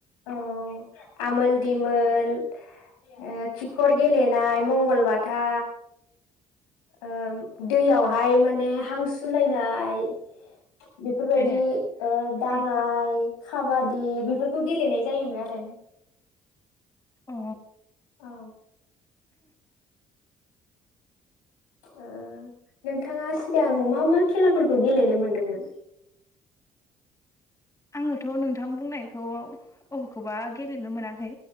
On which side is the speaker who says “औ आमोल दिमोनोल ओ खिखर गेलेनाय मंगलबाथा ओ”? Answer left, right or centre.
Left